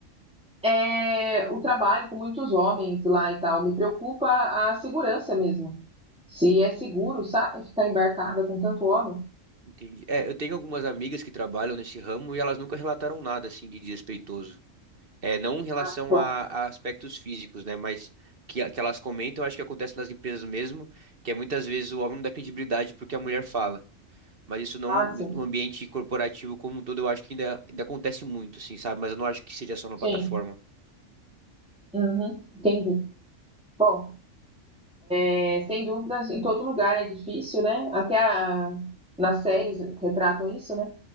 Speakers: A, in the centre; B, on the right (about 45°).
A: é o trabalho com muitos homens lá e tal. Me preocupa a segurança mesmo. Se é seguro, sabe? Ficar embarcada com tanto homem.
B: Entendi. É, eu tenho algumas amigas que trabalham nesse ramo e elas nunca relataram nada assim de desrespeitoso. É, não em relação
A: Ah, que bom.
B: a, a aspectos físicos, né? Mas que, que elas comentam, eu acho que acontece nas empresas mesmo, que é muitas vezes o homem não dá credibilidade porque a mulher fala. Mas isso não,
A: Ah,
B: no
A: sim.
B: ambiente corporativo como um todo, eu acho que ainda, ainda acontece muito, assim, sabe? Mas eu não acho que seja só na
A: Sim.
B: plataforma.
A: Uhum, entendi. Bom. É, sem dúvidas, em todo lugar é difícil, né? Até a- nas séries retratam isso, né?